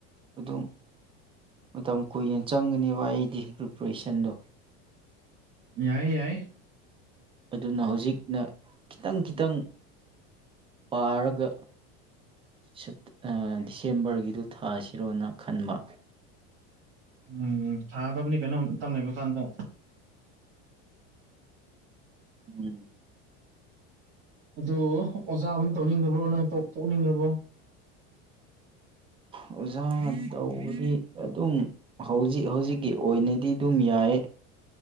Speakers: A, on the right; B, on the right.
A: ꯑꯗꯨꯝ ꯃꯇꯝ ꯀꯨꯏꯅ ꯆꯪꯒꯅꯦꯕ ꯑꯩꯗꯤ ꯄ꯭ꯔꯤꯄꯔꯦꯁꯟꯗꯣ
B: ꯌꯥꯏ ꯌꯥꯏ
A: ꯑꯗꯨꯅ ꯍꯧꯖꯤꯛꯅ ꯈꯤꯇꯪ ꯈꯤꯇꯪ ꯄꯥꯔꯒ ꯁꯦꯞ ꯑꯥ ꯗꯤꯁꯦꯝꯕꯔꯒꯤꯗꯨ ꯊꯥꯁꯤꯔꯣꯅ ꯈꯟꯕ
B: ꯎꯝ ꯊꯥꯒꯗꯕꯅꯤ ꯀꯩꯅꯣ ꯃꯥꯇꯝ ꯂꯩꯕ ꯀꯥꯟꯗ
A: ꯎꯝ
B: ꯑꯗꯨ ꯑꯣꯖꯥꯕꯨ ꯇꯧꯅꯤꯡꯗ꯭ꯔꯕ꯭ꯔꯣ ꯅꯪ ꯇ ꯇꯣꯛꯅꯤꯡꯂꯕ꯭ꯔꯣ
A: ꯑꯣꯖꯥ ꯇꯧꯔꯤꯗꯤ ꯑꯗꯨꯝ ꯍꯧꯖꯤꯛ ꯍꯧꯖꯤꯛꯀꯤ ꯑꯣꯏꯅꯗꯤ ꯑꯗꯨꯝ ꯌꯥꯏꯌꯦ